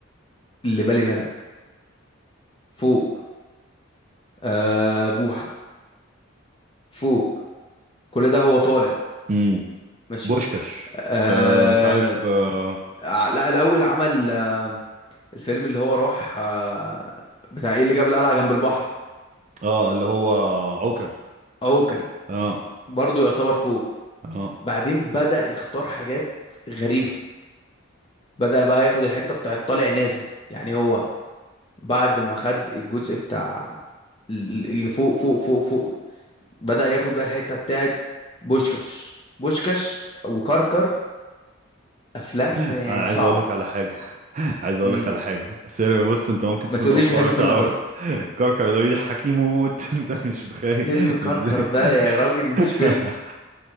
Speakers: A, on the left; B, on the right.
A: اللي بالي بالك فوق آه بوحة فوق كل ده هو طالع
B: امم
A: ماشي
B: بوشكاش
A: آه
B: آه مش عارف اه,
A: ع- لا الاول عمل آه الفيلم اللي هو راح آه بتاع ايه اللي جاب القلعة جنب البحر
B: آه اللي هو عوكل
A: عوكل
B: اه
A: برضو يعتبر فوق
B: اه
A: بعدين بدأ يختار حاجات غريبة بدأ بقى ياخد الحتة بتاعة طالع نازل يعني هو بعد ما خد الجزء بتاع ال- اللي فوق فوق فوق فوق بدأ ياخد بقى الحتة بتاعة بوشكاش بوشكاش وكركر أفلام
B: انا
A: يعني
B: عايز
A: صعبة
B: اقول لك على حاجه <laughs> عايز اقول
A: مم.
B: لك على حاجه بس هي- بص انت ممكن
A: ما
B: تكون
A: تقوليش
B: اول مره
A: بحب فيلم
B: تعرف
A: كركر
B: كركر ده بيضحكني موت <laughs> انت مش متخيل
A: فيلم كركر
B: ازاي
A: ده يا راجل مش
B: <laughs>
A: فيلم